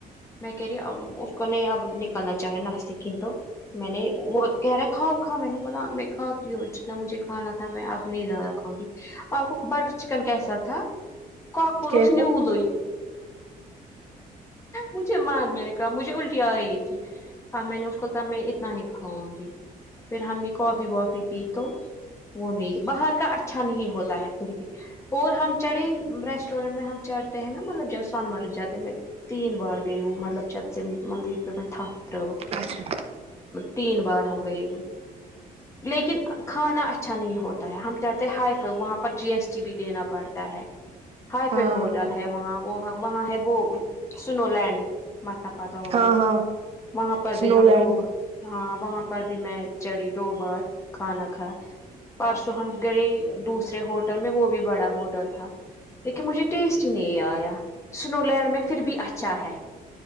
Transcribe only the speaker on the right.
کیسا
اچھا
ہاں
ہاں ہاں
سنو
لینڈ